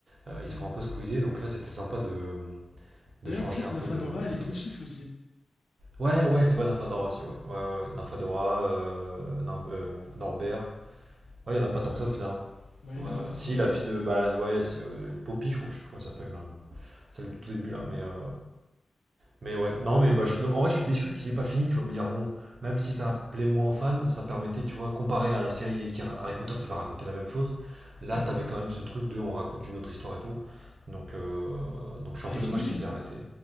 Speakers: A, on the right; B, on the left.
A: euh, ils
B: Mm.
A: se font un peu squeezer. Donc là, c'était sympa de, de
B: D'ailleurs,
A: changer
B: tu sais
A: un
B: que
A: peu
B: Nafadora,
A: le,
B: elle
A: le
B: est
A: truc.
B: pouf souffle aussi. hein.
A: Ouais, ouais, c'est vrai, Nymphadora aussi, ouais. Ouais, ouais, ouais. Nymphadora, euh, Nym- euh, Norbert. Ouais, il n'y en a pas tant que
B: Ouais,
A: ça au final.
B: c'est tout.
A: hein.
B: Bah, il
A: Ouais,
B: n'y en a
A: ouais.
B: pas tant
A: Si,
B: que ça. ouais.
A: la fille de. Bah, ouais, si, euh, Poppy, je crois, je sais plus comment elle s'appelle là. Celle du tout début là, mais. euh, Mais ouais, non, mais bah, je suis... en vrai, je suis déçu qu'ils aient pas fini, tu vois. Me dire, bon, même si ça plaît moins aux fans, ça permettait, tu vois, comparé à la série qui... Harry Potter qui va raconter la même chose, là,
B: Mm.
A: t'avais quand même ce truc de on raconte une autre histoire et tout. Donc, euh, Donc je suis
B: Elle
A: un peu
B: est finie.
A: dommage qu'ils
B: euh,
A: aient arrêté.